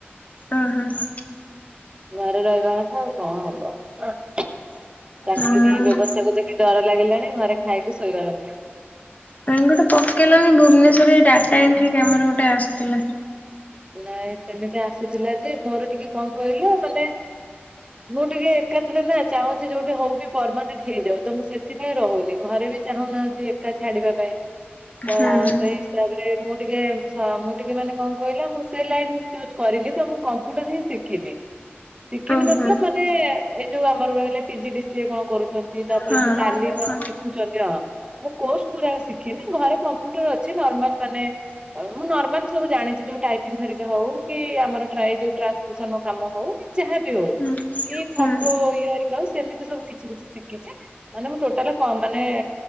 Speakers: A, on the left; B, on the right.
A: ଅ ହଁ।
B: ଘରେ ରହିବା କଥା ଆଉ କଣ ହବ, ଚାକିର
A: ହଁ।
B: ବ୍ୟବସ୍ ତାକୁ ଦେଖି ଡର ଲାଗିଲାଣି ଘରେ ଖାଇକି ଶୋଇବା କଥା।
A: ନାଇ ଗୋଟେ ପକେଇଲନି ଭୁବନେଶ୍ୱରରେ ଏଇ ଗୋଟେ ଡାଟା ଏଣ୍ଟ୍ରି କାମରେ ଗୋଟେ ଆସିଥିଲା।
B: ନାଇଁ ସେମିତି ଆସୁଥିଲା ଯେ, ମୋର ଟିକେ କଣ କହିଲ ମାନେ ମୁଁ ଟିକେ ଏକାଥରେ ନା ଚାହୁଁଛି ଯୋଉଠି ହଉ ବି ପରମାନେଣ୍ଟ ହେଇଯାଉ, ତ ମୁଁ ସେଥିପାଇଁ ରହୁନି, ଘରେ ବି ଚାହୁଁନାହାଁନ୍ତି ଏକା ଛାଡିବା ପାଇଁ ତ
A: ହୁଁ
B: ସେଇ ହିସାବରେ ମୁଁ ଟିକେ ଶ୍ ମୁଁ ଟିକେ ମାନେ କଣ କହିଲ ମୁ ସେ ଲାଇନ ଚୁଜ କରିନି ତ ମୁଁ କମ୍ପ୍ୟୁଟର ହିଁ ଶିଖିନି ଶିଖିନି
A: ଓହୋ।
B: ମତଲବ୍ ମାନେ ଏଇ ଯୋଉ ଆମର ରହିଲା ପିଜି ଡି ସିଏ କଣ କରୁଛନ୍ତି, ତାପରେ
A: ହଁ
B: ଯୋଉ ଟାଲି କଣ
A: ହଁ।
B: ଶିଖ ରଖୁଛନ୍ତି ହଁ, ମୁଁ କୋର୍ସ ପୁରା ଶିଖିନି ଘରେ କମ୍ପ୍ୟୁଟର ଅଛି ନର୍ମାଲ ମାନେ ମୁଁ ନର୍ମାଲି ସବୁ ଜାଣିଛି, ଯୋଉ ଟାଇପିଙ୍ଗ ଧରିକ ହଉ କି ଆମର ପ୍ରାୟେ ଯୋଉ ଟ୍ରାନ୍ସସ କ୍ରିପ୍ସନର କାମ ହଉ କି ଯାହାବି ହଉ
A: ହୁଁ।
B: କି
A: ହୁଁ
B: ଫଟୋ ଇଏ ହେରି ଆଉ ସେମିତି ସବୁ କିଛି କିଛି ଶିଖିଛି। ମାନେ ମୁଁ ଟୋଟାଲ ମାନେ